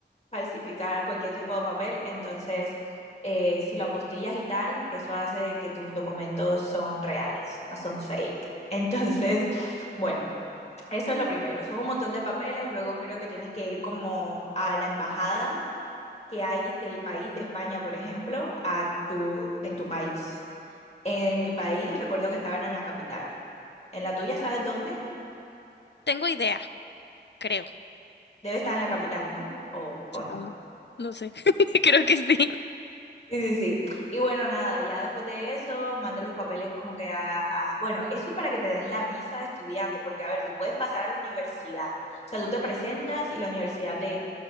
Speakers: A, on the left; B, on the left.
A: falsificar cualquier tipo de papel, entonces, eh, si lo apostillas y tal, eso hace que tus documentos son reales, no son fake. <laughs> Entonces, bueno. Eso es lo primero, son un montón de papeles, luego creo que tienes que ir como a la embajada que hay del país, de España, por ejemplo, a tu, en tu país. En mi país recuerdo que estaban en la capital. ¿En la tuya sabes dónde?
B: Tengo idea, creo,
A: Debe estar en la capital, ¿no? ¿O,
B: supongo.
A: o no?
B: No sé. <laughs> Creo que sí.
A: Sí, sí, sí. Y bueno, nada, ya después de eso, manda los papeles como que a, a- Bueno, eso es para que te den la visa de estudiante, porque a ver, tú puedes pasar a la universidad. O sea, tú te presentas y la universidad te,